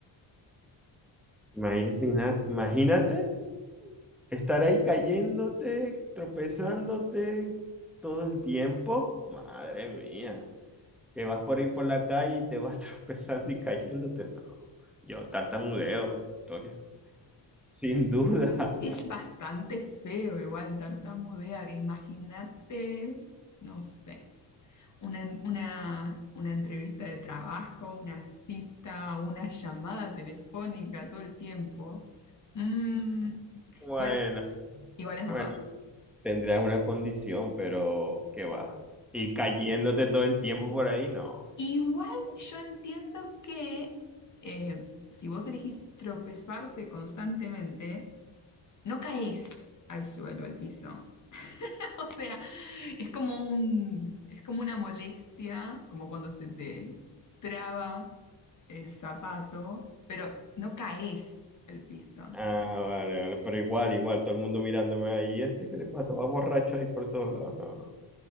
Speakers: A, in the centre; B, on the left.
A: Imagínate, ina- imagínate estar ahí cayéndote, tropezándote todo el tiempo. Madre mía, que vas por ahí por la calle y te vas <laughs> tropezando y cayéndote. No, yo tartamudeo, Victoria. Sin duda.
B: Es bastante feo igual tartamudear. Imagínate, no sé, una, una, una entrevista de trabajo, una cita, una llamada telefónica todo el tiempo. Mm,
A: Bueno,
B: igual, igual es
A: bueno,
B: verdad.
A: tendrías una condición, pero ¿qué va? Ir cayéndote todo el tiempo por ahí, no.
B: Igual yo entiendo que eh, si vos elegís tropezarte constantemente, no caes al suelo, al piso. <laughs> O sea, es como un, es como una molestia, como cuando se te traba el zapato, pero no caes el piso.
A: Ah, vale, vale, pero igual, igual, todo el mundo mirándome ahí, ¿este qué le pasa? Va borracho ahí por todos lados. No, no,